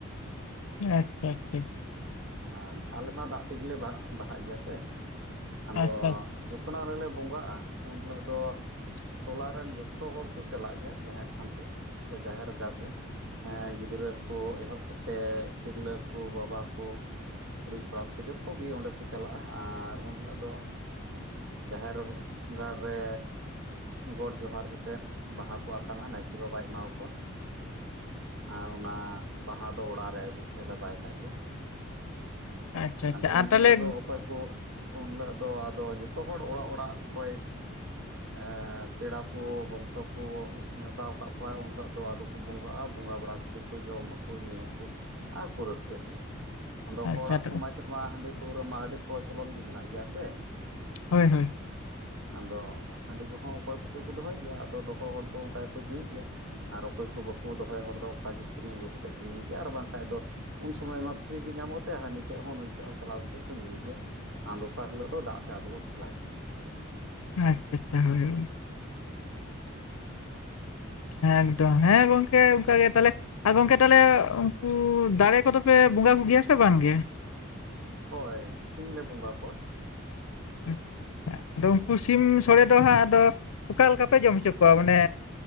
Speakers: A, on the left; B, on the right.
A: ᱟᱪᱪᱷᱟ ᱟᱪᱪᱷᱟ᱾
B: ᱦᱟᱱᱟ ᱟᱞᱮ ᱢᱟ ᱫᱟᱜ ᱛᱮᱜᱮ ᱞᱮ ᱵᱟᱦᱟᱜ ᱜᱮᱭᱟ ᱥᱮ ᱟᱫᱚ᱾
A: ᱟᱪᱪᱷᱟ ᱟᱪᱪᱷᱟ
B: ᱡᱚᱠᱷᱚᱱ ᱟᱞᱮ ᱵᱚᱸᱜᱟᱜᱼᱟ ᱩᱱ ᱦᱤᱞᱳᱜ ᱫᱚ ᱴᱚᱞᱟᱨᱮᱱ ᱡᱚᱛᱚ ᱦᱚᱲ ᱠᱚ ᱪᱟᱞᱟᱜ ᱜᱮᱭᱟ ᱡᱟᱦᱮᱨ ᱛᱷᱟᱱᱛᱮ ᱥᱮ ᱡᱟᱦᱮᱨ ᱜᱟᱲ ᱨᱮ᱾ ᱦᱮᱸ ᱜᱤᱫᱽᱨᱟᱹ ᱠᱚ ᱮᱦᱚᱵ ᱠᱟᱛᱮ ᱮᱫ ᱛᱤᱨᱞᱟᱹ ᱠᱚ, ᱵᱟᱵᱟ ᱠᱚ᱾ ᱠᱩᱲᱤ ᱠᱚᱲᱟ ᱠᱚ ᱡᱚᱛᱚᱜ ᱜᱮ ᱚᱸᱰᱮ ᱠᱚ ᱪᱟᱞᱟᱜᱼᱟ᱾ ᱟᱨ ᱩᱱ ᱦᱤᱞᱳᱜ ᱫᱚ ᱡᱟᱦᱮᱨ ᱜᱟᱲ ᱨᱮ ᱜᱚᱸᱴ ᱡᱚᱦᱟᱨ ᱠᱟᱛᱮᱫ᱾ ᱵᱟᱦᱟ ᱠᱚ ᱟᱛᱟᱝ ᱟ ᱱᱟᱭᱠᱮ ᱵᱟᱵᱟᱭ ᱮᱢᱟ ᱠᱚᱣᱟ᱾ ᱟ ᱚᱱᱟ ᱵᱟᱦᱟ ᱫᱚ ᱚᱲᱟᱜ ᱨᱮ ᱟᱹᱜᱩᱛᱮᱫ ᱞᱮ ᱵᱟᱭ ᱠᱟᱜ ᱜᱮᱭᱟ᱾
A: ᱟᱪᱪᱷᱟ ᱟᱪᱪᱷᱟ
B: ᱟᱫᱚ
A: ᱟᱨ
B: ᱩᱱ ᱦᱤᱞᱳᱜ
A: ᱛᱟᱦᱚᱞᱮ
B: ᱫᱚ ᱚᱠᱚᱭ ᱠᱚ, ᱩᱱ ᱦᱤᱞᱳᱜ ᱫᱚ ᱟᱫᱚ ᱡᱚᱛᱚ ᱦᱚᱲ ᱚᱲᱟᱜ ᱚᱲᱟᱜ ᱚᱠᱚᱭ ᱮᱸ ᱯᱮᱲᱟ ᱠᱚ, ᱵᱚᱝᱥᱚ ᱠᱚ ᱱᱮᱣᱛᱟ ᱠᱟᱜ ᱠᱚᱣᱟᱭ ᱩᱱ ᱦᱤᱞᱳᱜ ᱫᱚ᱾ ᱟᱫᱚ ᱠᱚ ᱵᱚᱸᱜᱟᱜᱼᱟ᱾ ᱵᱚᱸᱜᱟ ᱵᱟᱲᱟ ᱠᱟᱛᱮ ᱠᱚ ᱡᱚᱢ ᱟᱠᱚ ᱧᱩᱭ ᱟᱠᱚ᱾ ᱟᱨ ᱠᱚ ᱨᱟᱹᱥᱠᱟᱹᱜ ᱜᱮᱭᱟ᱾ ᱟᱫᱚ
A: ᱟᱪᱪᱷᱟ
B: ᱦᱚᱲᱟᱜ
A: ᱛᱚᱵᱮ
B: ᱥᱚᱢᱟᱡᱽ ᱨᱮᱢᱟ ᱦᱟᱺᱰᱤ ᱯᱟᱹᱣᱨᱟᱹ ᱢᱟ, ᱟᱹᱰᱤ ᱯᱨᱚᱪᱚᱞᱚᱱ ᱜᱮ ᱢᱮᱱᱟᱜ ᱜᱮᱭᱟ ᱥᱮ᱾
A: ᱦᱳᱭ ᱦᱳᱭ
B: ᱟᱫᱚ ᱦᱟᱺᱰᱤ ᱠᱚᱦᱚᱸ ᱚᱠᱚᱭ ᱠᱚᱪᱚ ᱠᱚ ᱫᱚᱦᱚᱭ ᱜᱮᱭᱟ᱾ ᱟᱫᱚ ᱫᱚᱦᱚ ᱦᱚᱲ ᱫᱚ ᱚᱱᱠᱟ ᱜᱮᱠᱚ ᱧᱩᱭ ᱜᱮᱭᱟ᱾ ᱟᱨ ᱚᱠᱚᱭ ᱠᱚ ᱵᱟᱠᱚ ᱫᱚᱦᱚᱭ ᱦᱚᱲ ᱫᱚ ᱾ ᱚᱠᱟᱜᱮ ᱠᱤᱨᱤᱧ ᱟᱹᱜᱩ ᱠᱟᱛᱮᱫ ᱠᱚ ᱧᱩᱭ ᱜᱮᱭᱟ᱾ ᱟᱨ ᱵᱟᱝ ᱠᱷᱟᱡ ᱫᱚ ᱩᱱ ᱥᱚᱢᱚᱭ ᱢᱟ ᱯᱷᱨᱤ ᱜᱮ ᱧᱟᱢᱚᱜ ᱛᱮ ᱦᱟᱱᱤᱛ ᱴᱷᱮᱡ ᱦᱚᱸ ᱱᱩᱭ ᱴᱷᱮᱡ ᱦᱚᱸ ᱪᱟᱞᱟᱣ ᱠᱟᱛᱮ ᱠᱚ ᱧᱩᱭ ᱜᱮᱭᱟ ᱾ ᱟᱨ ᱫᱚᱥᱟᱨ ᱦᱤᱞᱳᱜ ᱫᱚ ᱫᱟᱜ ᱛᱮ ᱟᱫᱚ ᱠᱚ ᱠᱷᱮᱞᱟᱭ-ᱟ᱾
A: ᱟᱪᱪᱷᱟ ᱟᱪᱪᱷᱟ ᱦᱳᱭ ᱦᱳᱭ ᱦᱮᱸ ᱮᱠᱫᱚᱢ ᱦᱮᱸ ᱜᱚᱝᱠᱮ ᱚᱱᱠᱟ ᱜᱮ ᱛᱟᱦᱚᱞᱮ ᱟᱨ ᱜᱚᱝᱠᱮ ᱛᱟᱦᱚᱞᱮ ᱩᱱᱠᱩ ᱫᱟᱨᱮ ᱠᱚᱫᱚ ᱯᱮ ᱵᱚᱸᱜᱟ ᱵᱩᱜ ᱜᱮᱭᱟ ᱥᱮ ᱵᱟᱝᱜᱮ?
B: ᱦᱳᱭ ᱥᱤᱢ ᱞᱮ ᱵᱚᱸᱜᱟ ᱠᱚᱣᱟ᱾
A: ᱟᱪᱪᱷᱟ ᱟᱪᱪᱷᱟ ᱟᱫᱚ ᱩᱱᱠᱩ ᱥᱤᱢ ᱥᱳᱲᱮ ᱫᱚ ᱦᱟᱸᱜ ᱟᱫᱚ ᱚᱠᱟ ᱞᱮᱠᱟ ᱯᱮ ᱡᱚᱢ ᱦᱚᱪᱚ ᱠᱚᱣᱟ ᱢᱟᱱᱮ